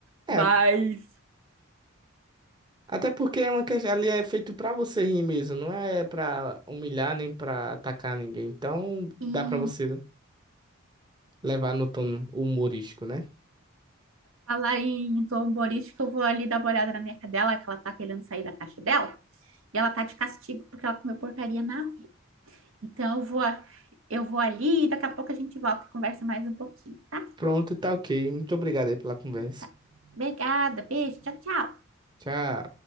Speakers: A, on the right (about 70°); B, on the right (about 20°).
A: Mas
B: É, Até porque é uma questão, ali é feito pra você rir mesmo, não é pra humilhar nem pra atacar ninguém. Então dá
A: em
B: pra você levar no tom humorístico, né?
A: falar em zomborística, eu vou ali dar uma olhada na minha cadela, que ela tá querendo sair da caixa dela. E ela tá de castigo porque ela comeu porcaria na rua. Então eu vou, eu vou ali e daqui a pouco a gente volta e conversa mais um pouquinho, tá?
B: Pronto, tá ok. Muito obrigado aí pela conversa.
A: Tá. Obrigada, beijo, tchau, tchau.
B: Tchau.